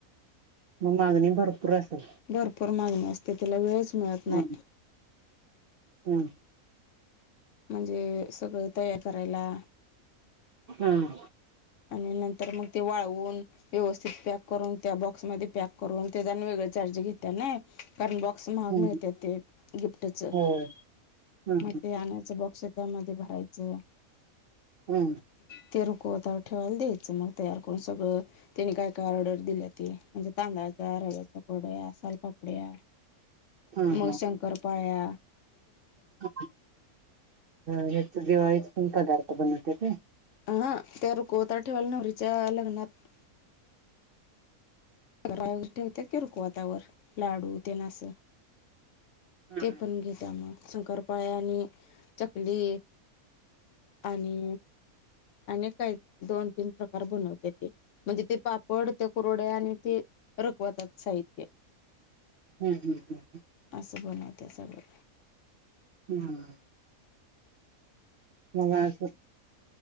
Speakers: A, on the right; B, on the left.
A: मग मागणी भरपूर असेल
B: भरपूर मागणी असते तिला वेळच मिळत नाय
A: हम हम
B: म्हणजे सगळं तयार करायला
A: हम्
B: आणि नंतर मग ते वाळवून व्यवस्थित पॅक करून त्या बॉक्समध्ये पॅक करून ते ज आणी वेगळ चारज घेत्या नाय कारण बॉक्स महाग
A: हम
B: मिळत्यात ते गिफ्टच
A: हो हम
B: मग ते आणायच बॉक्स त्यामध्ये भरायचं
A: हम्म
B: <unintelligible> ठेवायला द्यायचं मग तयार करून सगळं त्यानी काय काय ऑर्डर दिली त म्हणजे तांदळा रव्याच्या कुरड्या सालपापड्या
A: हम
B: मग शंकर पाळ्या
A: हा हेेत दिवाळीत पण पदार्थ बनवतेत
B: अ हा त्या रुकवतात ठेवाल्या नवहरीच्या लग्नात घरा वगैरे ठेवते की रुकवातावर लाडू ते ना अस
A: हम्म
B: ते पण घेत्या मग शंकरपाळ आणि चकली आणि आणि काही दोन तीन प्रकार बनवते ते म्हणजे ते पा पडते कुरवडया आणि ते रकवतच साहित्य
A: हम्म हम्म हम्
B: अस बनवत्या सगळ
A: ना हा <unintelligible>